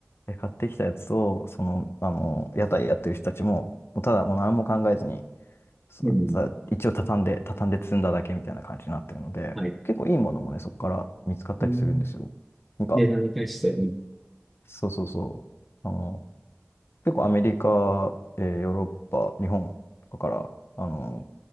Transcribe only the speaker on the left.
う、で買ってきたやつを、その、あの、屋台やってる人たちも、もうただもう何も考えずに、そうた一応畳んで、
畳んで積んだだけみたいな感じになってるので、
結構いいものもね、そこから見つかったりするんですよ。
なんか、
そうそうそう、あの、結構アメリカ、えーヨーロッパ、日本とかから、あの、